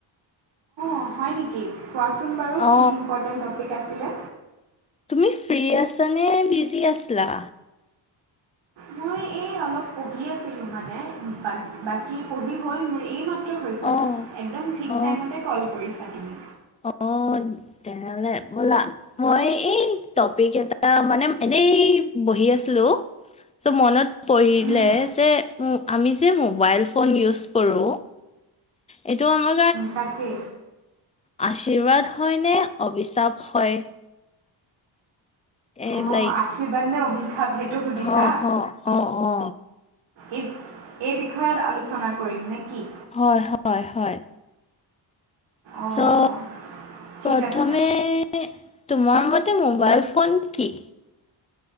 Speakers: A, on the right; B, on the left.
A: অঁ হয় নেকি কোৱাচোন বাৰু
B: অ
A: কি ইম্পৰ্টেণ্ট টপিক আছিলে
B: তুমি ফ্ৰী আছানে বিজি আছিলা
A: মই এই অলপ পঢ়ি আছিলো মানে বাক -বাকী পঢ়ি হ'ল মোৰ এই মাত ত্ৰ হৈছে
B: অ
A: একদম ঠিক
B: অ
A: টাইমতে ক'ল কৰিছা তুমি।
B: অ, তেনেহলে ব'লা মই এই টপিক এটা মানে এনে এই বহি আছিলো চ' মনত পঢ়িলে
A: উম,
B: যে উম, আমি যে মোবাইল ফোন ইউজ কৰোঁ এইটো আমা
A: তাকে।
B: আশীৰ্বাদ হয় নে অবিচাপ হয়? এ
A: অ,
B: লাইক
A: আশীৰ্বাদ নে অভিশাপ সেইটো সুধিছা?
B: হ হ অ অ
A: এইব-এই বিষয়ত আলোচনা কৰিম নে কি?
B: হয়-হয়-হয়
A: অঁ
B: ছ'
A: ঠিক
B: প্ৰথমে
A: আছে
B: তোমাৰ মতে মোবাইল ফোন কি?